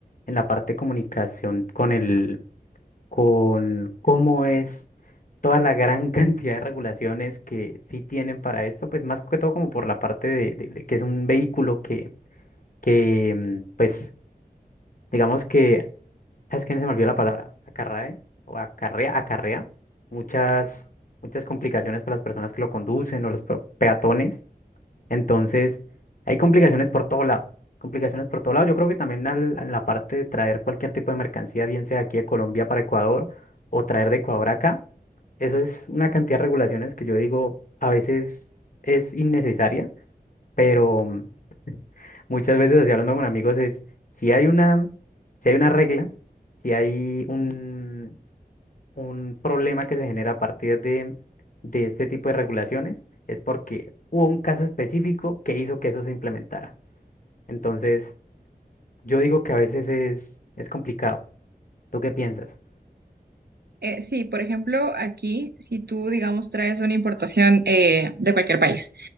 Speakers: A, on the left (about 55°); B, on the right (about 75°).
A: en la parte de comunicación con el con cómo es toda la gran <laughs> cantidad de regulaciones que sí tienen para esto, pues más que todo como por la parte de, de- de que es un vehículo que, que mm, pues digamos que, es que se me olvidó la palabra, acarrae o acarrea, acarrea muchas, muchas complicaciones para las personas que lo conducen o los pe- peatones. Entonces, hay complicaciones por todo lado. Complicaciones por todo lado. Yo creo que también al- en la parte de traer cualquier tipo de mercancía, bien sea aquí de Colombia para Ecuador o traer de Ecuador acá, eso es una cantidad de regulaciones que yo digo a veces es innecesaria, pero mm, muchas veces así hablando con amigos es si hay una, si hay una regla, si hay un, un problema que se genera a partir de, de este tipo de regulaciones es porque hubo un caso específico que hizo que eso se implementara. Entonces, yo digo que a veces es, es complicado. ¿Tú qué piensas?
B: Eh, sí, por ejemplo, aquí, si tú, digamos, traes una importación eh, de cualquier país